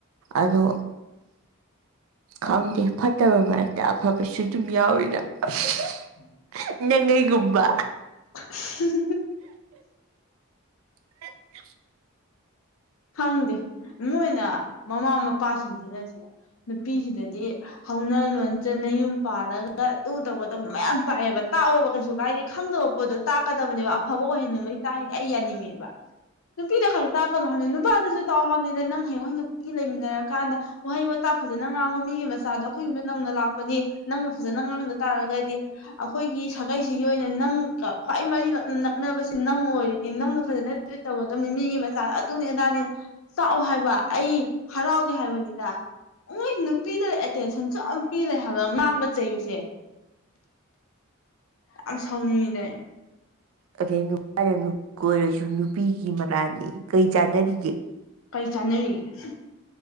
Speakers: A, on the right; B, on the left.
A: ꯑꯗꯣ ꯈꯪꯗꯦ ꯐꯠꯇꯕ ꯃꯔꯛꯇ ꯑꯐꯕꯁꯨ ꯑꯗꯨꯝ ꯌꯥꯎꯋꯤꯅ <unintelligible>
B: <inaudible>
A: ꯅꯦꯅꯦꯒꯨꯝꯕ
B: <unintelligible>
A: <inaudible>
B: ꯈꯪꯗꯦ ꯃꯣꯏꯅ ꯃꯃꯥ ꯃꯄꯥꯁꯤꯡꯁꯤꯅ ꯁꯨꯅ ꯅꯨꯄꯤꯁꯤꯗꯗꯤ ꯍꯧꯅ ꯂꯣꯟꯆꯠꯅ ꯌꯨꯝ ꯄꯥꯜꯂꯒ ꯑꯗꯨ ꯇꯧꯒꯗꯕ ꯃꯌꯥꯝ ꯇꯥꯛꯑꯦꯕ ꯇꯥꯛꯑꯣꯕ ꯀꯩꯁꯨ ꯀꯥꯏꯗꯦ꯫ ꯈꯪꯗꯕ ꯄꯣꯠꯇꯣ ꯇꯥꯛꯀꯗꯕꯅꯦꯕ ꯑꯐꯕ ꯑꯣꯏꯍꯟꯅꯤꯡꯕꯩ ꯇꯥꯛꯢꯅꯦ ꯑꯩ ꯌꯥꯅꯤꯡꯉꯦꯕ꯫ ꯅꯨꯄꯤꯗ ꯈꯛꯇ ꯇꯥꯛꯀꯅꯣ ꯍꯥꯏꯕꯅꯤ ꯅꯨꯄꯥꯗꯨꯁꯨ ꯇꯥꯛ ꯍꯥꯏꯅꯤꯅ ꯅꯪ ꯍꯌꯦꯡꯩꯅ ꯅꯨꯄꯤ ꯂꯩꯃꯤꯟꯅꯔ ꯀꯥꯟꯗ ꯋꯥꯍꯩ ꯋꯥꯇꯥ ꯐꯖꯅ ꯉꯥꯡꯕ ꯃꯤꯒꯤ ꯃꯆꯥꯗꯣ ꯑꯩꯈꯣꯏꯌꯨꯝꯗ ꯅꯧꯅ ꯂꯥꯛꯄꯅꯤ ꯅꯪꯅ ꯐꯖꯅ ꯉꯥꯡꯗ ꯇꯥꯔꯒꯗꯤ ꯑꯩꯈꯣꯏꯒꯤ ꯁꯥꯒꯩꯁꯤꯒꯤ ꯑꯣꯏꯅ ꯅꯪꯒ ꯈ꯭ꯋꯥꯏ ꯃꯔꯤꯛ ꯅꯛꯅꯕꯁꯤ ꯅꯪ ꯑꯣꯏꯔꯤꯅꯤ ꯅꯪꯒ ꯐꯖꯅ ꯗꯨꯗꯤ ꯇꯧꯒꯗꯝꯅꯤ ꯃꯤꯒꯤ ꯃꯆꯥ ꯑꯗꯨꯅꯤ ꯑꯗꯥꯅꯤ꯫ ꯆꯥꯛꯑꯣ ꯍꯥꯏꯕ ꯑꯩ ꯍꯔꯥꯎꯒꯦ ꯍꯥꯏꯕꯅꯤ ꯃꯣꯏ ꯅꯨꯄꯤꯗ ꯑꯦꯇꯦꯟꯁꯟꯁꯨ ꯌꯥꯝ ꯄꯤ ꯂꯩꯦ ꯍꯥꯏꯕ ꯉꯥꯡꯕ ꯆꯩꯕꯁꯦ ꯌꯥꯝ ꯁꯥꯎꯅꯤꯡꯉꯤꯗ ꯑꯩ꯫
A: ꯑꯗꯩ ꯅꯨꯄꯥꯅ ꯀ ꯑꯣꯏꯔꯁꯨ ꯅꯨꯄꯤꯒꯤ ꯃꯔꯥꯜꯅꯤ ꯀꯩ ꯆꯥꯟꯅꯔꯤꯒꯦ
B: ꯀꯩ ꯆꯥꯅꯔꯤꯒꯦ ꯍꯨꯝ꯫